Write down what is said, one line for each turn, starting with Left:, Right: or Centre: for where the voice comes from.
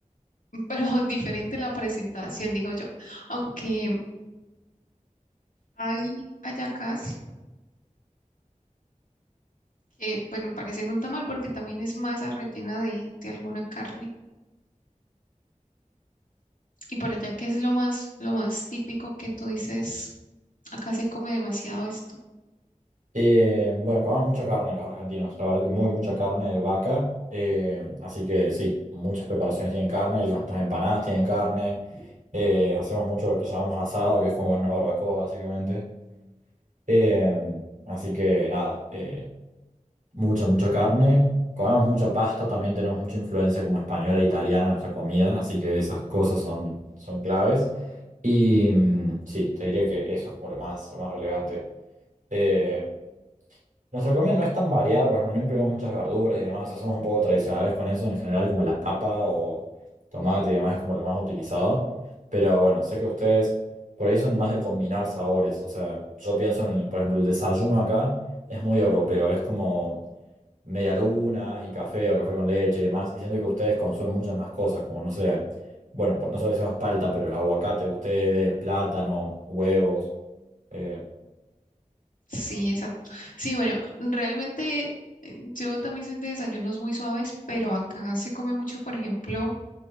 Left: pero <laughs> diferente la presentación, digo yo. Aunque hay hallacas que, bueno, parecen un tamal porque también es masa rellena de, de alguna carne. Y por allá, ¿qué es lo más, lo más típico que tú dices? Acá se come demasiado esto.
Right: Eh, bueno, comemos mucha carne los argentinos, la verdad que muy mucha carne de vaca, eh, así que sí, muchas preparaciones tienen carne, nuestras empanadas tienen carne, eh, hacemos mucho lo que llamamos asado, que es como una barbacoa básicamente, eh, así que nada, eh, mucha mucha carne, comemos mucha pasta, también tenemos mucha influencia como española e italiana en nuestra comida, así que esas cosas son, son claves y mm, sí, te diría que eso es como lo más, lo más relevante. Em, nuestra comida no es tan variada, por ejemplo, no incluimos muchas verduras y demás, o sea, somos un poco tradicionales con eso en general, como la papa o tomate y demás es como lo más utilizado. Pero bueno, sé que ustedes por ahí son más de combinar sabores, o sea, yo pienso en, el- por ejemplo, el desayuno acá es muy europeo, es como medialunas y café o café con leche y demás, y siento que ustedes consumen muchas más cosas, como no sé, bueno, nosotros decimos palta, pero aguacate, ustedes, plátano, huevos, eh,
Left: Sí, exacto. Sí, bueno, realmente eh, yo también soy de desayunos muy suaves, pero acá se come mucho, por ejemplo,